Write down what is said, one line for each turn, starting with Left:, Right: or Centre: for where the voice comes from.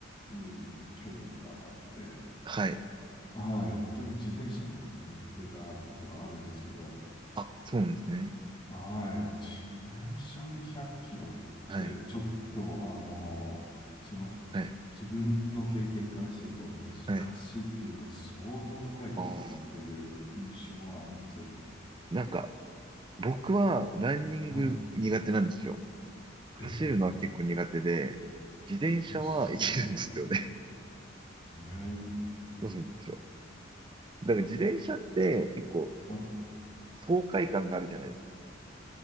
Left: いう、興味があって、
Right: はい。
Left: はい。一時自転車も乗ってたことがあるんですけど、
Right: あ、そうなんですね。
Left: はい。
Right: えー
Left: 自転車で100キロって、
Right: はい。
Left: ちょっと、あのーその、
Right: はい。
Left: 自分の経験からすると難しいっていうか、
Right: はい。
Left: 相当長い距離だなっていう印象はあります。
Right: ああ、なんか、僕はランニング苦手なんですよ。
Left: はい。
Right: 走るのは結構苦手で、
Left: え、
Right: 自転車はいけるんですよね。
Left: えそうなんですね。えー、
Right: <laughs> そうなんですよ。だから自転車って結構
Left: はい。
Right: 爽快感があるじゃないですか。